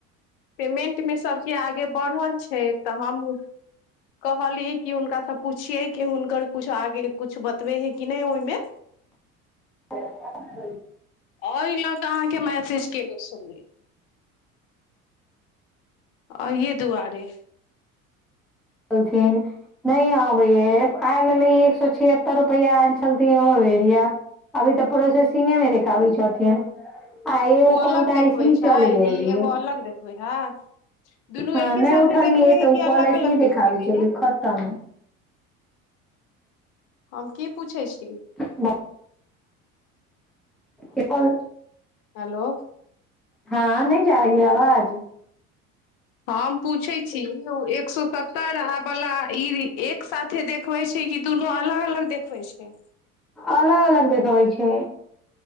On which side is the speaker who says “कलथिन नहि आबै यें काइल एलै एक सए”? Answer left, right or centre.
Centre